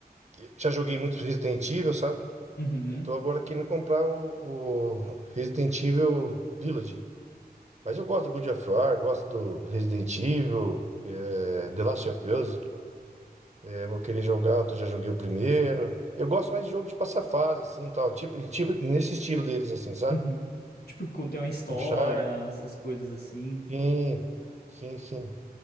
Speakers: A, on the right (about 45°); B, on the left (about 75°).
A: que- Já joguei muito Resident Evil, sabe?
B: uhum,
A: E tô agora querendo comprar o, o Resident Evil Village. Mas eu gosto do God of War, gosto do Resident Evil, é, The Last of Us. é, vou querer jogar, eu já joguei o primeiro. Eu gosto mais de jogo de passar fase, assim, tal. Tipo, e tipo nesse estilo deles, assim, sabe?
B: uhum. Tipo, quando tem uma história,
A: Uncharted.
B: essas coisas assim,
A: Sim, sim, sim.